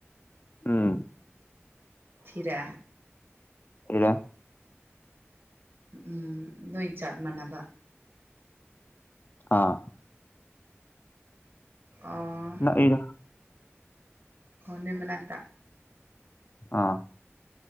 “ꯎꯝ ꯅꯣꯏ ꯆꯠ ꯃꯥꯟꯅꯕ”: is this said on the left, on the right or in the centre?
Right